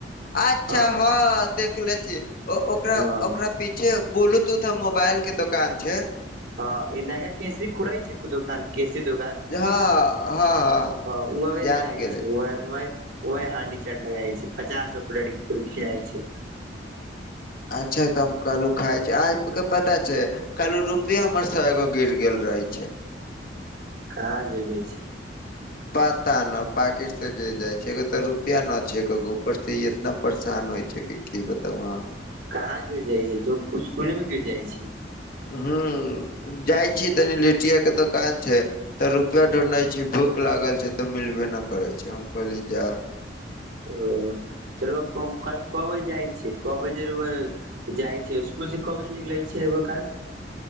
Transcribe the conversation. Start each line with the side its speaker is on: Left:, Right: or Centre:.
Left: अच्छा
Right: हँ
Left: हां देखले छी ओकरा
Right: हँ
Left: ओकरा पिछे ब्लूटूथ आऽ मोबाइल के दुकान छै।
Right: हँ इ नैगा कैसे खुरै छै? दुकान केसी दुकान
Left: हँ हँ हँ
Right: ह उह
Left: जान
Right: लगाइ
Left: गेले
Right: छै
Left: छी।
Right: उह उह वाहइ हांडी चाट लगाइ छै पचास गो प्लेटी खियाइ छै।
Left: अच्छा त हम कालू खाय छै। आइके पता छै? कहलू रुपे हमर सौ एगो गिर गेल रहै छै।
Right: कहाँ गिर गिरगिरे छी?
Left: पता न पैकिट से गिर जाय छै एगो त रुपिया न छै एकोगो ऊपर से इ इतना परेशान होय छै कि कि बताउ अहां के?
Right: कहाँ गिर जाइ य जो उसकुले मे गिर जाइ छै।
Left: हू जाइ छी तनि लि्टिया के दोकान छै। तऽ रुपा ढूँढै छी भूख लागल छै तऽ मिलबे ना करै छै हम कहली जा
Right: ओ त रउआ कब कालि क बजे जाइ छै? क बजेै रउआ जाइ छी उमहरसे क बजे निकलै छी रउआ कालि?